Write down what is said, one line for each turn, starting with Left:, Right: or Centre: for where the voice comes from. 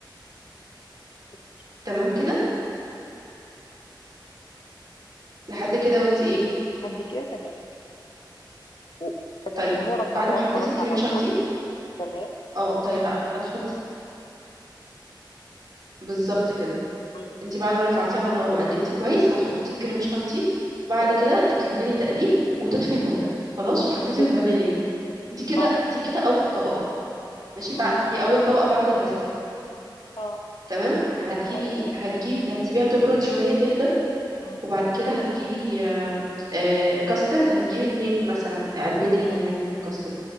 Left: كريم شانتيه
Right: تمام
Left: أوكي.
Right: كده لحد كده وانتي ايه
Left: لحد كده تمام و- انا
Right: طيب
Left: كده هو رفعتها
Right: بعد ما حطيتي
Left: خلاص
Right: الكريم
Left: على
Right: شانتيه
Left: النار تمام
Right: اه طيب ه- هتحطي بالظبط كده
Left: مم.
Right: انتي بعد ما رفعتيه على النار وقلبتي كويس هتحطي
Left: مم.
Right: الكريم شانتيه وبعد
Left: تمام
Right: كده تكملي تقليب وتطفي النار
Left: مم.
Right: خلاص وحطيتي
Left: اوكي
Right: الفانيليا دي كده
Left: اه
Right: دي كده اول طبقة ماشي
Left: ماشي
Right: بعد دي اول طبقة بعد البسكويت
Left: اه
Right: تمام هتجيبي
Left: ايوه
Right: هتجيب هتسيبيها تبرد شوية تهدى
Left: مم.
Right: وبعد كده هتجيبي آم، آه، كاسترد هتجيبي اتنين مثلا علبتين
Left: مم.
Right: يعني من الكاسترد